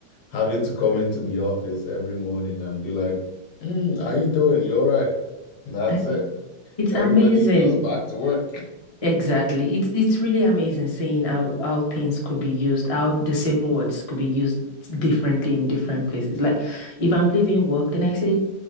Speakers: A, on the left (about 75°); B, on the left (about 45°).
A: having to come into the office every morning and be like, mm, how you doing? You're right. And That's
B: I-
A: it.
B: It's
A: Everybody
B: amazing.
A: goes back to work.
B: Exactly. It's it's really amazing seeing how how things could be used, how the same words could be used differently in different places. Like if I'm leaving work, then I say